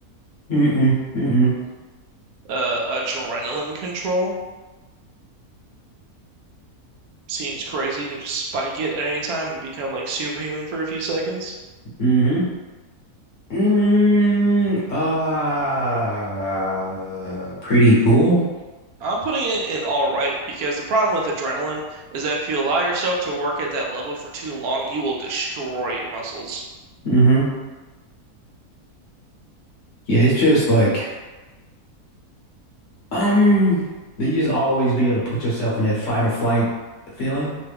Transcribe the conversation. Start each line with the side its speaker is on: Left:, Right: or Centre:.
Left: Mm-mm, mm-mm,
Right: Uh, adrenaline control seems crazy. You can just spike it at any time and become like superhuman for a few seconds.
Left: mm-hmm. Mm, uh, pretty cool.
Right: I'm putting it in all right because the problem with adrenaline is that if you allow yourself to work at that level for too long, you will destroy your muscles.
Left: hmm Yeah, it's just like um, they just always be able to put yourself in that fight or flight feeling.